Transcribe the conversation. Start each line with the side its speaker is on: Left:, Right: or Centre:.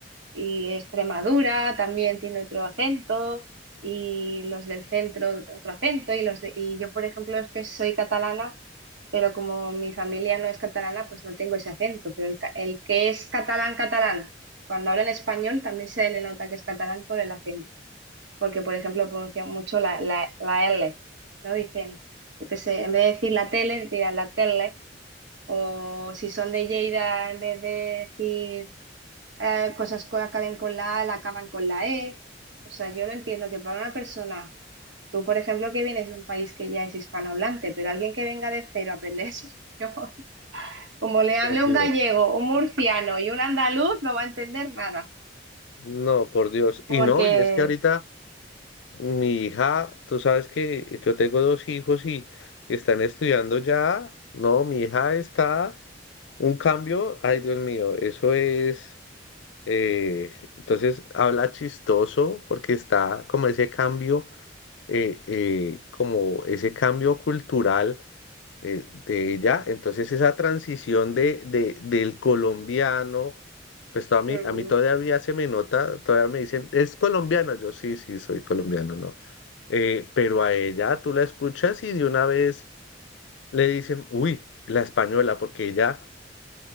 Right: y Extremadura también tiene otro acento y los del centro otro acento y los de- y yo por ejemplo es que soy catalana pero como mi familia no es catalana pues no tengo ese acento pero el, ca- el que es catalán catalán cuando habla en español también se le nota que es catalán por el acento porque por ejemplo pronuncian mucho la, la, la L no dicen yo qué sé en vez de decir la tele dirán la tele o si son de Lleida en vez de decir eh, cosas que acaben con la A, la acaban con la E. O sea, yo lo entiendo que para una persona, tú por ejemplo que vienes de un país que ya es hispanohablante, pero alguien que venga de cero a aprender <laughs> español, como le hable
Left: por Dios.
Right: un gallego, un murciano y un andaluz, no va a entender nada,
Left: No, por Dios.
Right: porque
Left: Y no, y es que ahorita mi hija, tú sabes que yo tengo dos hijos y que están estudiando ya. No, mi hija está un cambio. Ay, Dios mío, eso es. eh, entonces habla chistoso porque está como ese cambio, eh, eh, como ese cambio cultural eh, de ella. Entonces esa transición de, de, del colombiano, pues to- a mí,
Right: mm,
Left: a mí todavía se me nota, todavía me dicen, ¿es colombiano? Yo sí, sí, soy colombiano, ¿no? Eh, pero a ella tú la escuchas y de una vez le dicen, uy, la española, porque ella